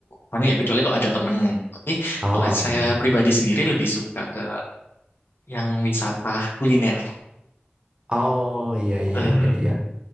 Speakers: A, on the left (about 60°); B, on the right (about 20°).
A: mana ya kecuali kalau ada temen. Tapi
B: Oh
A: kalau
B: iya.
A: saya
B: iya.
A: pribadi sendiri lebih suka ke yang wisata kuliner.
B: Oh iya iya
A: Eh,
B: iya iya.